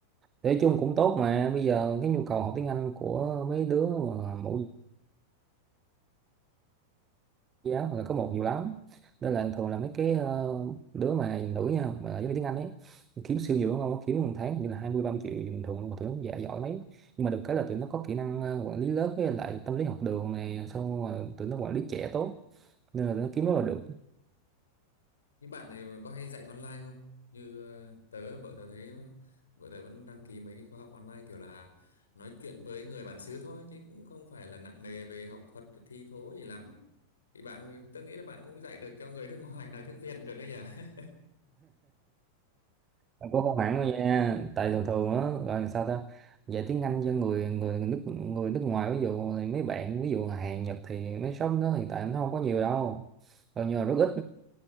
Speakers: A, on the right; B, on the left.
A: Nói chung cũng tốt mà bây giờ cái nhu cầu học tiếng Anh của mấy đứa mà mẫu giáo hoặc là có một nhiều lắm nên là thường là mấy cái ờ, đứa mà nữ nha mà giáo viên tiếng Anh ấy kiếm siêu nhiều đúng không kiếm một tháng như là hai mươi ba mươi triệu bình thường mà tụi nó dạ giỏi mấy nhưng mà được cái là tụi nó có kỹ năng ờ, quản lý lớp với lại tâm lý học đường này xong rồi tụi nó quản lý trẻ tốt nên là tụi nó kiếm rất là được
B: Những bạn này có hay dạy online không? Như ờ, tớ, vợ tớ thấy vợ tớ vẫn đăng ký mấy cái khóa học online kiểu là nói chuyện với người bản xứ thôi chứ cũng không phải là nặng nề về học thuật thi thố gì lắm. Thì bạn, tớ nghĩ là bạn cũng dạy được cho người nước <laughs> ngoài nói tiếng Việt được đấy nhỉ? <laughs>
A: Mà cũng không hẳn đâu nha tại thường thường á gọi là sao ta dạy tiếng Anh cho người người người nước người nước ngoài ví dụ thì mấy bạn ví dụ Hàn Nhật thì mấy shop đó hiện tại nó không có nhiều đâu gần như là rất ít